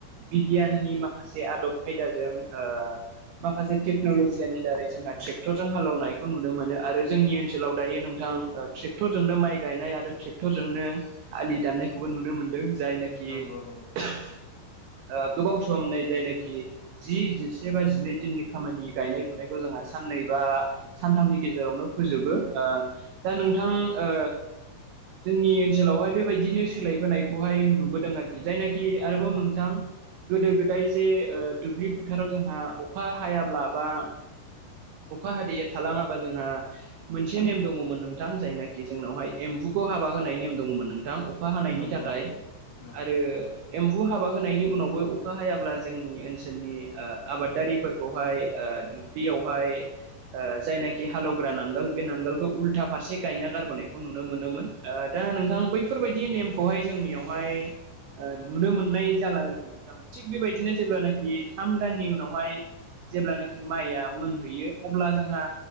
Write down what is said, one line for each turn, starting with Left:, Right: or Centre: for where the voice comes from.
Right: बिगियाननि माखासे आदब खायदाजों ओ माखासे टेक्न'लजियानि दारै जोंहा ट्रेक्टरजों हालौनायखौ नुनो मोनो आरो जोंनि ओनसोलाव दायो नोंथां ट्रेक्टरजोंनो माइ गायनाय आरो ट्रेक्टरजोंनो आलि दाननायखौबो नुनो मोनदों जायनाखि
Left: नंगौ
Right: ओ गोबाव सम नै जायनाखि जि जिसे बा जिनै दिननि खामानि गायनाय फुनायखौ जों ह साननै बा सानथामनि गेजेरावनो फोजोबो ओ दा नोंथां ओ जोंनि ओनसोलावहाय बेबायदिनो सोलायबोनायखौहाय नुबोदों आरोखि जायनाखि आरोबाव नोंथां गोदो गोदाय जे ओ दुब्लि फोथाराव जोंहा अखा हायाब्ला बा अखा हादैया थालाङाबा जोंहा मोनसे नेम दङमोन नोंथां जायनाखि जोंनावहाय एम्बुखौ हाबा होनाय नेम दङमोन नोंथां। अखा हानायनि
Left: नंगौ
Right: थाखाय
Left: नंगौ नंगौ
Right: आरो एम्बु हाबा होनायनि उनावबो अखा हायाब्ला जोंनि ओनसोलनि ओ आबादारिफोरखौहाय ओ दुब्लियाव हाय ओ जायनाखि हालौवग्रा नांगोल बे नांगोलखौ उल्था फारसे गायना गारोनायखौ नुनो मोन ओ दा नोंथां बैफोरबायदि नेमखौहाय जों जोंनियावहाय ओ नुनो मोननाय जाला आरोखि नोंथां, थिग बेबायदिनो जेब्लानाखि थाम दाननि उनावहाय जेब्लानोखि माइआ मोनहैयो अब्ला जोंहा